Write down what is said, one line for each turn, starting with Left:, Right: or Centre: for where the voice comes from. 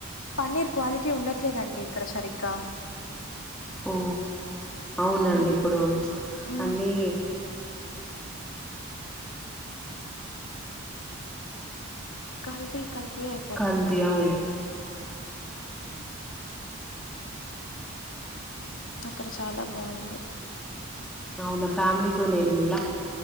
Left: పన్నీర్ క్వాలిటీ ఉండట్లేదండి. ఇక్కడ సరిగ్గా
Centre: ఓ అవునండి
Left: అది
Centre: ఇప్పుడు
Left: ఉమ్
Centre: అన్నీ
Left: కల్తీ కల్తీ అయిపో
Centre: కల్తీ అవును
Left: అక్కడ చాలా బాగుంది
Centre: అవున ఫ్యామిలీ తోనే ఎల్లిల్ల